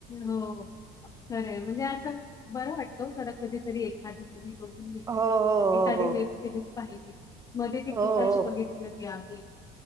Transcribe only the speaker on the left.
हो खरंय म्हणजे असं बरं वाटत वो जरा कधीतरी एखादी तरी. बघली
एखादी
वेब सिरीज पाहिली मध्ये ती
भुताची
बघितली होती आमी.